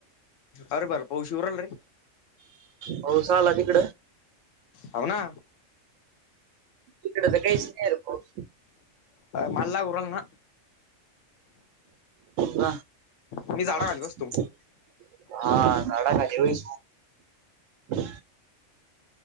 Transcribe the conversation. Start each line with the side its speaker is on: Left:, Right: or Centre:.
Left: अरे बरं बर पाऊस येऊ राहिला रे.
Right: पाऊस आला तिकडं
Left: हवना
Right: इकडे तर काहीच नाहीये रे पाऊस.
Left: मला लागू राहिला ना.
Right: हा. <unintelligible>
Left: मी झाडाखाली बसतो
Right: हा झाडाखाली बैस मग